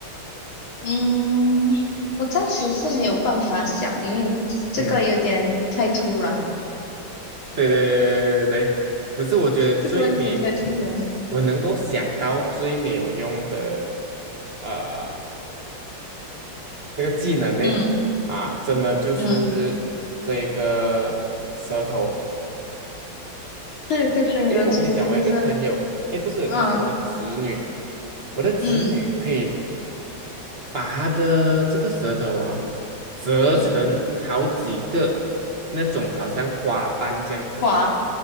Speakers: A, on the left; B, on the right.
A: 嗯，我暂时是没有办法想，因为这个有点太突然，
B: 嗯，对对对对对，只是我觉得最没，
A: 这个问题太突然。
B: 我能够想到最没有用的，呃，这个技能呢，
A: 嗯
B: 啊，真的就是这个舌头，
A: 嗯，对对对，
B: 因为我跟你讲，
A: 我觉得这个是，
B: 我有一个朋友，诶，不是，
A: 嗯
B: 她是我的侄女，我的侄女可以
A: 嗯
B: 把它的这个舌头啊，折嗯成好几个那种好像花瓣这样子的。
A: 嗯，哇，